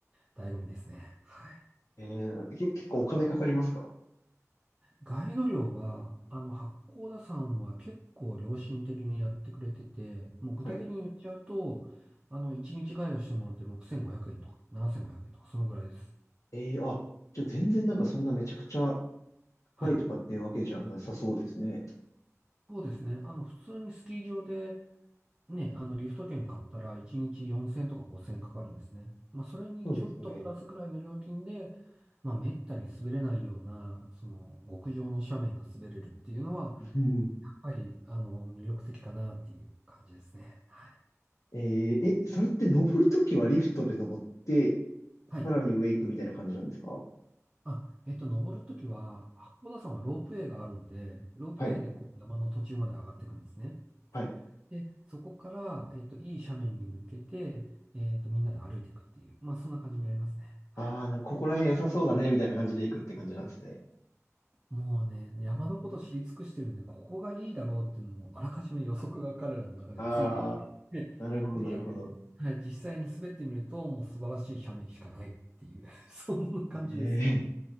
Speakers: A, on the right (about 15°); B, on the left (about 70°).
A: 醍醐味ですね。はい。
B: えー、け、結構お金かかりますか
A: ガイド料は、あの、八甲田山は結構良心的にやってくれてて、もう具体的に言っちゃうと、
B: はい。
A: あの、1日ガイドしてもらって6500円とか7500円とか、そのぐらいです。
B: えー、あ、じゃあ全然なんかそんなめちゃくちゃ高いとかっていうわけじゃなさそうですね。
A: はい。そうですね。あの、普通にスキー場で、ね、あの、リフト券買ったら1日4000とか5000かかるんですね。まあ、それにちょっとプラスぐらいの料金で、
B: そうですね。
A: まあ、めったに滑れないような、その、極上の斜面が滑れるっていうのは、
B: うん。
A: やっぱり、あの、魅力的かなっていう感じですね。はい。
B: えー、え、それって登るときはリフトで登って、
A: はい。
B: さらに上行くみたいな感じなんですか
A: あ、えっと、登るときは、八甲田山はロープウェイがあるので、ロープウェイでこう山の途中まで上がっていくんですね。
B: はい。はい。
A: で、そこから、えっと、いい斜面に向けて、えっと、みんなで歩いていくっていう、まあ、そんな感じになりますね。はい。
B: ああ、なんかここら辺良さそうだね、みたいな感じで行くって感じなんですね。
A: もうね、山のこと知り尽くしてるんで、ここがいいだろうっていうのも、あらかじめ予測が彼らの中でついていって、
B: ああ、
A: <laughs>
B: なるほど、
A: で、
B: なるほど。
A: はい、実際に滑ってみると、もう素晴らしい斜面しかないっていう、<laughs> そんな感じですね。
B: ええ